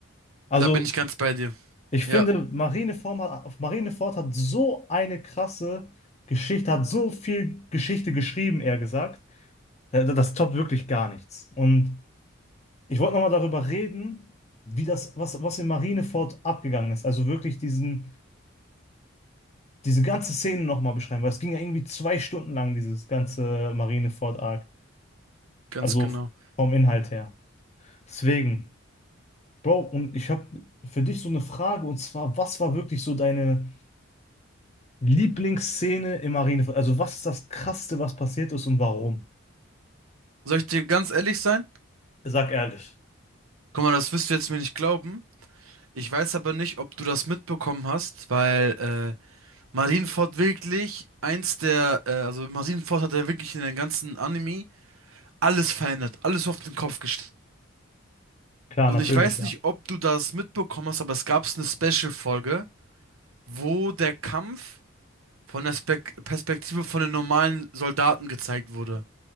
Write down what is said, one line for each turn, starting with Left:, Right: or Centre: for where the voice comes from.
Left: Also
Right: Da bin ich ganz bei dir.
Left: ich finde,
Right: Ja,
Left: Marineford hat, auf Marineford hat so eine krasse Geschichte, hat so viel Geschichte geschrieben, eher gesagt. Äh, Das toppt wirklich gar nichts. Und ich wollte nochmal darüber reden, wie das, was, was in Marineford abgegangen ist. Also wirklich diesen, diese ganze Szene nochmal beschreiben, weil es ging ja irgendwie zwei Stunden lang, dieses ganze Marineford-Arc.
Right: ganz
Left: Also
Right: genau.
Left: vom Inhalt her. Deswegen, Bro, und ich habe für dich so eine Frage, und zwar, was war wirklich so deine Lieblingsszene in Marineford? Also was ist das Krasseste, was passiert ist und warum?
Right: Soll ich dir ganz ehrlich sein?
Left: Sag ehrlich.
Right: Guck mal, das wirst du jetzt mir nicht glauben. Ich weiß aber nicht, ob du das mitbekommen hast, weil äh, Marineford wirklich eins der, äh, also Marineford hat ja wirklich in den ganzen Anime alles verändert, alles auf den Kopf gestellt.
Left: Klar,
Right: Und
Left: natürlich,
Right: ich weiß
Left: ja.
Right: nicht, ob du das mitbekommen hast, aber es gab eine Special-Folge, wo der Kampf von der Spek Perspektive von den normalen Soldaten gezeigt wurde.